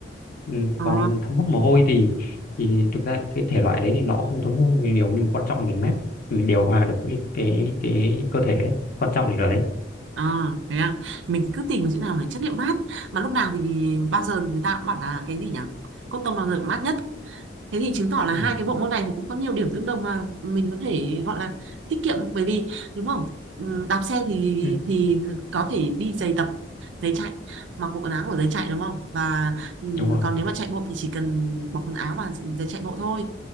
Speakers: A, on the left; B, on the right.
A: ừ,
B: ờ,
A: còn thấm hút mồ hôi thì thì thực ra cái thể loại đấy thì nó không thấm hút mồ hôi nhiều nhưng mà quan trọng là mình mát mình điều hòa được cái cái cái cơ thể ấy. quan trọng thì là đấy
B: ờ, thế à. Mình thì cứ tìm cái chỗ nào là chất liệu mát mà lúc nào thì bao giờ thì người ta cũng bảo là cái gì nhỉ? Cotton bao giờ cũng mát nhất Thế thì chứng tỏ là
A: ừ,
B: hai cái bộ môn này thì cũng có nhiều điểm tương đồng mà mình có thể gọi là tiết kiệm bởi vì đúng không? Ừ, Đạp xe thì
A: ừ,
B: thì có thể đi giày tập, giày chạy mặc bộ quần áo của giày chạy đúng không? Và ừ,
A: đúng rồi
B: còn nếu mà chạy bộ thì chỉ cần mặc quần áo và giày chạy bộ thôi